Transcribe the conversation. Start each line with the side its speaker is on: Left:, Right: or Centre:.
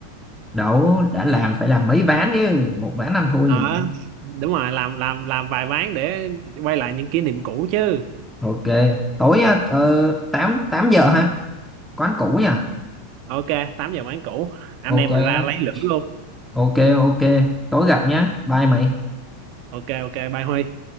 Centre: Đậu đã làm phải làm mấy ván chứ một ván anh thua
Right: ờ
Centre: gì mà.
Right: đúng rồi làm làm làm vài ván để quay lại những kỷ niệm cũ chứ
Centre: ok tối á, ờ, 8 8 giờ ha quán cũ nha
Right: ok 8 giờ quán cũ anh
Centre: ok
Right: em mình ra
Centre: á.
Right: lấy lửa luôn
Centre: ok ok tối gặp nhá bye mày
Right: ok ok bye Huy